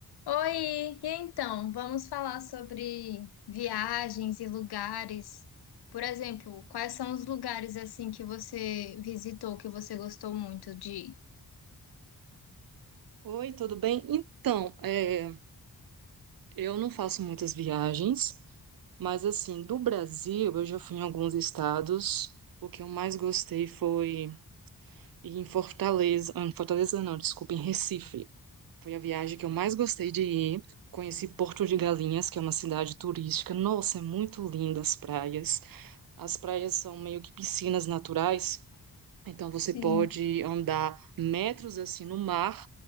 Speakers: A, on the left (about 75°); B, on the right (about 60°).
A: Oi, e então, vamos falar sobre viagens e lugares. Por exemplo, quais são os lugares assim que você visitou, que você gostou muito de? ir?
B: Oi, tudo bem? Então, é, eu não faço muitas viagens, mas assim, do Brasil eu já fui em alguns estados. O que eu mais gostei foi ir em Fortaleza, ah, em Fortaleza não, desculpa, em Recife. Foi a viagem que eu mais gostei de ir. Conheci Porto de Galinhas, que é uma cidade turística. Nossa, é muito linda as praias. As praias são meio que piscinas naturais, então você
A: Sim.
B: pode andar metros assim no mar